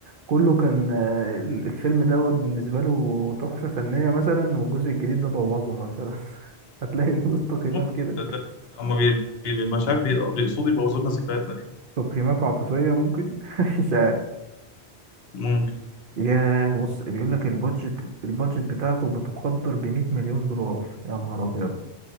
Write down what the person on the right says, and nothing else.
كله كان آه، الفيلم دوت بالنسبة له تحفة فنية مثلا والجزء الجديد ده بوظه مثلا <laughs> هتلاقي له تقييمات
كده
تقييمات عاطفية ممكن <laughs> مش عارف
ياه بص بيقول لك البادجت البادجت بتاعته بتقدر ب 100 مليون دولار يا نهار ابيض